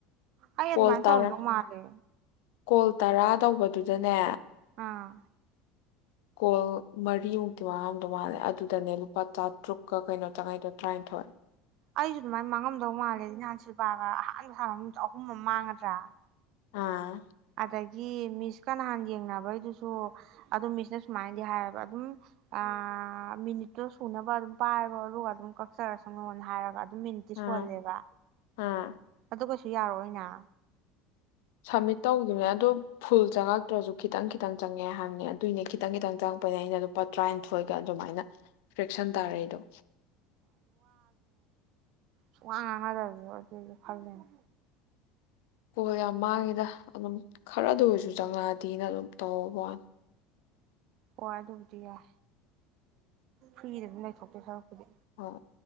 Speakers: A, on the right; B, on the left.
A: ꯑꯩ ꯑꯗꯨꯃꯥꯏꯅ
B: ꯀꯣꯜ ꯇꯔꯥ
A: ꯇꯧꯔꯝꯗꯧ ꯃꯥꯜꯂꯦ꯫
B: ꯀꯣꯜ ꯇꯔꯥ ꯇꯧꯕꯗꯨꯗꯅꯦ
A: ꯑꯥ
B: ꯀꯣꯜ ꯃꯔꯤꯃꯨꯛꯇꯤ ꯃꯥꯉꯝꯗꯧ ꯃꯥꯜꯂꯦ ꯑꯗꯨꯗꯅꯦ ꯂꯨꯄꯥ ꯆꯥꯠ ꯇ꯭ꯔꯨꯛꯀ ꯀꯩꯅꯣꯆꯪꯉꯩꯗꫭ ꯇꯔꯥꯏꯅꯤꯊꯣꯏ
A: ꯑꯩꯁꯨ ꯑꯗꯨꯃꯥꯏꯅ ꯃꯥꯡꯉꯝꯗꯧ ꯃꯥꯜꯂꯦ ꯅꯍꯥꯟ ꯁꯤꯜꯄꯥꯒ ꯑꯍꯥꯟꯕ ꯁꯅꯕꯗ ꯑꯍꯨꯝ ꯑꯃ ꯃꯥꯡꯒꯗ꯭ꯔꯥ
B: ꯑꯥ
A: ꯑꯗꯒꯤ ꯃꯤꯁꯀ ꯅꯍꯥꯟ ꯌꯦꯡꯅꯕꯩꯗꯨꯁꯨ ꯑꯗꫭ ꯃꯤꯁꯅ ꯁꯨꯃꯥꯏꯅꯗꯤ ꯍꯥꯏꯌꯦꯕ ꯑꯗꯨꯝ ꯑꯥ ꯃꯤꯅꯤꯠꯇꯣ ꯁꯨꯅꯕ ꯑꯗꯨꯝ ꯄꯥꯏꯔꯣ ꯑꯗꯨꯒ ꯑꯗꯨꯝ ꯀꯛꯆꯔꯁꯅꯨꯅ ꯍꯥꯏꯔꯒ ꯑꯗꯨꯝ ꯃꯤꯅꯤꯠꯇꯤ
B: ꯑꯥ
A: ꯁꯨꯜꯂꯦꯕ
B: ꯑꯥ
A: ꯑꯗꯨꯒ ꯗꯨꯨ ꯌꯥꯔꯣꯏꯅꯥ
B: ꯁꯕꯃꯤꯠ ꯇꯧꯈꯤꯕꯅꯦ ꯑꯗꯣ ꯐꯨꯜ ꯆꯪꯉꯛꯇ꯭ꯔꯁꯨ ꯈꯤꯇꯪ ꯈꯤꯇꯪ ꯆꯪꯉꯦ ꯍꯥꯏꯕꯅꯦ ꯑꯗꯨꯏꯅꯦ ꯈꯤꯇꯪ-ꯈꯤꯇꯪ ꯆꯪꯉꯛꯄꯅꯦ ꯑꯩꯅ ꯂꯨꯄꯥ ꯇꯔꯥꯅꯤꯊꯣꯏꯒ ꯑꯗꯨꯃꯥꯏꯅ ꯐ꯭ꯔꯦꯛꯁꯟ ꯇꯥꯔꯛꯏꯗꫭ꯫
A: ꯁꯨꯛꯉꯥꯡ ꯉꯥꯡꯅꯗꯕꯗꯣ ꯑꯗꯨꯁꯨ ꯈꯜꯂꯤꯅꯦ꯫
B: ꯀꯣꯜ ꯌꯥꯝ ꯃꯥꯡꯉꯦꯗ ꯑꯗꯨꯝ ꯈꯔꯗ ꯑꯣꯏꯔꯁꯨ ꯆꯪꯉꯛꯑꯗꯤꯅ ꯑꯗꯨꯝ ꯇꯧꯕ ꯋꯥꯅꯤ꯫
A: ꯍꯥꯏ ꯑꯗꯨꯕꯨꯗꯤ ꯌꯥꯏ꯫ ꯐ꯭ꯔꯤꯗꯅꯤ ꯂꯩ <inaudible> ꯁꯔꯨꯛꯄꯨꯗꯤ
B: ꯑ